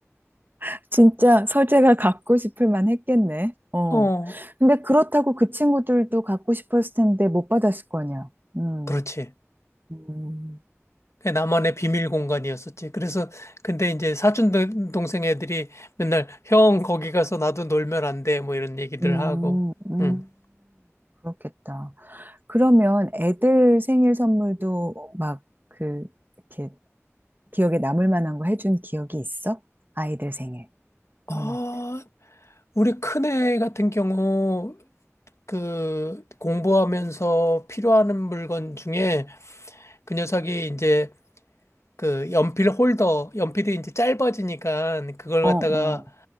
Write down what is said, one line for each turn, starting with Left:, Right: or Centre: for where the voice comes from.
Right: <laughs> 진짜 서재가 갖고 싶을 만 했겠네. 어.
Left: 어,
Right: 근데 그렇다고 그 친구들도 갖고 싶었을 텐데 못 받았을 거 아니야. 음.
Left: 그렇지.
Right: 음.
Left: 그게 나만의 비밀 공간이었었지. 그래서 근데 이제 사촌 동- 동생 애들이 맨날 형 거기 가서 나도 놀면 안 돼. 뭐 이런 얘기들
Right: 음,
Left: 하고.
Right: 음,
Left: 응.
Right: 그렇겠다. 그러면 애들 생일 선물도 막 그, 이렇게 기억에 남을 만한 거 해준 기억이 있어? 아이들 생일.
Left: 아,
Right: 음.
Left: 우리 큰애 같은 경우 그 공부하면서 필요하는 물건 중에 그 녀석이 이제 그 연필 홀더, 연필이 이제 짧아지니까 그걸
Right: 어,
Left: 갖다가
Right: 어.